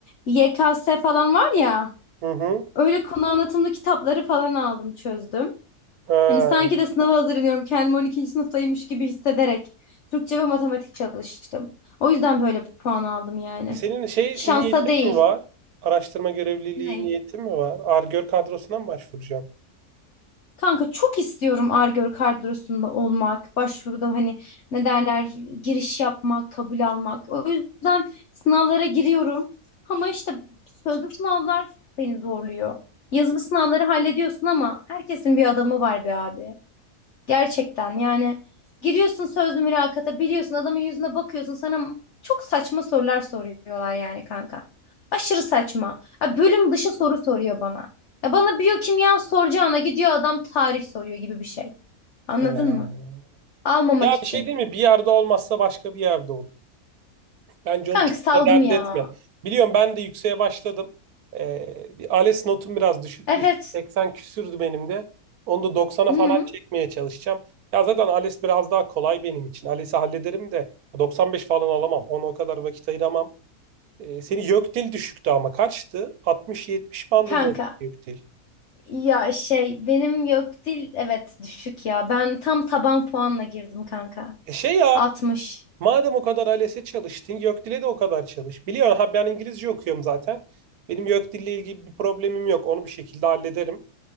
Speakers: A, on the left; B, on the right.
A: Y K S falan var ya.
B: Hı hı.
A: Öyle konu anlatımlı kitapları falan aldım, çözdüm.
B: Ha.
A: Hani sanki de sınava hazırlanıyorum. Kendimi on ikinci sınıftaymış gibi hissederek Türkçe ve matematik çalıştım. O yüzden böyle bir puan aldım yani.
B: E, Senin şey
A: Şansa
B: niyetin
A: değil.
B: mi var? Araştırma görevliliği
A: Ney?
B: niyetin mi var? Ar-Gör kadrosuna mı başvuracaksın?
A: Kanka çok istiyorum Ar-Gör kadrosunda olmak, başvuruda hani ne derler giriş yapmak, kabul almak. O yüzden sınavlara giriyorum. Ama işte sözlü sınavlar beni zorluyor. Yazılı sınavları hallediyorsun ama herkesin bir adamı var be abi. Gerçekten yani giriyorsun sözlü mülakata biliyorsun adamın yüzüne bakıyorsun sana çok saçma sorular soruyorlar yani kanka. Aşırı saçma. Ya bölüm dışı soru soruyor bana. Ya bana biyokimya soracağına gidiyor adam tarih soruyor gibi bir şey. Anladın
B: Ee,
A: mı? Almamak
B: Ya
A: için.
B: bir şey değil mi? Bir yerde olmazsa başka bir yerde olur. Bence
A: Kanka
B: onu çok
A: saldım
B: da dert
A: ya.
B: etme. Biliyorum ben de yükseğe başladım. Ee, bir ALES notum biraz düşüktü.
A: Evet.
B: işte. 80 küsürdü benim de. Onu da 90'a
A: Hı,
B: falan çekmeye çalışacağım. Ya zaten ALES biraz daha kolay benim için. ALES'i hallederim de 95 falan alamam. Ona o kadar vakit ayıramam. Ee, seni YÖKDİL düşüktü ama kaçtı? 60-70 bandında
A: kanka.
B: YÖKDİL.
A: Ya şey benim yok dil evet düşük ya. Ben tam taban puanla girdim kanka.
B: E şey yap.
A: altmış.
B: Madem o kadar ALES'e çalıştın, YÖKDİL'e de o kadar çalış. Biliyorsun ha ben İngilizce okuyorum zaten. Benim YÖKDİL'le ilgili bir problemim yok. Onu bir şekilde hallederim.